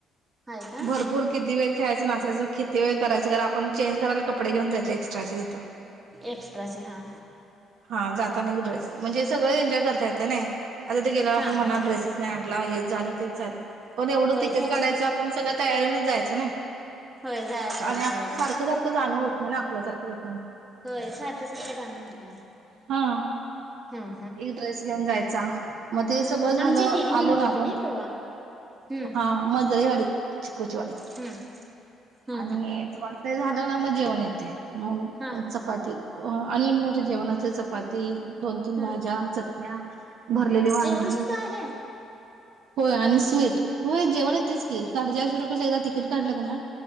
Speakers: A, on the right; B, on the right.
A: आहे का
B: भरपूर किती वेळ खेळायचं नाचायचं किती वेळ करायचं कार आपण चेंज करायला कपडे घेऊन जायच ऐक्स् र्टाचे तिथ
A: एक्स्ट्राचे हा
B: हा जाताना एक ड्रेस म्हणजे सगळे एन्जॉय करता येत नाही आता तिथ गेल्यावर
A: हा
B: आपण म्हणणार
A: हा
B: ड्रेसेस नाही आण ला हेच झालं तेच झालं पण एवढं
A: होय
B: तिकीट
A: ते आहेच
B: काढायचं आपण सगळं तयारीनच जायचं ना आणि
A: होय जायला
B: सारखं
A: पाहिजे होय
B: सारखं जाण होत नाही ना आपल्यासारखं लोक
A: होय सारखं सारखं जाणं होत नाही.
B: हा
A: हम
B: एक ड्रेस घेऊन जायचा मग ते
A: हम्म
B: सगळं झालं
A: आमची दिदी म्हणत
B: आलो ना
A: होती
B: आपण
A: नाही परवा हम्म
B: हा मजरेवाडी चिकूचीवाडी
A: हम्म हम्म
B: आणि
A: हम्म
B: तुम्हाला ते झालं ना मग जेवण येते मग
A: हा
B: चपाती आणि म जेवण असते चपाती दोन तीन
A: हा
B: भाज्या चटण्या भरलेली वांगी
A: जेवण सुद्धा आहे
B: होय आणि स्वीट होय जेवण येतेच की साडेचारशे रुपयाेच एकदा तिकीट काढलं ना